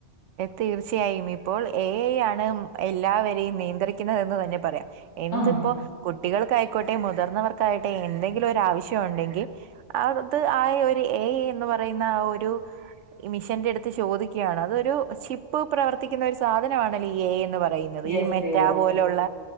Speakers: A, on the right (about 80°); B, on the left (about 80°).
A: തീർച്ചയായും ഇപ്പോൾ എ ഐ ആണ് എല്ലാവരെയും നിയന്ത്രിക്കുന്നുന്നത് എന്ന് തന്നെ പറയാം. എന്തിപ്പോ
B: ആ.
A: കു കുട്ടികൾക്കായിക്കോട്ടെ മുതിർന്നവർക്കായിട്ടെ എന്തെങ്കിലും ഒരു ആവശ്യം ഉണ്ടെങ്കിൽ അത് ആ ഒരു എ എ ഐ എന്ന് പറയുന്ന ആ ഒരു മിഷന്റെ അടുത്ത് ചോദിക്കയാണ് അതൊരു ചിപ്പ് പ്രവർത്തിക്കുന്ന ഒരു സാധനമാണല്ലോ എ ഐ എന്ന് പറ പറയുന്നത്
B: യെസ്,
A: ഈ മെറ്റ
B: യെസ്,
A: പോലുള്ള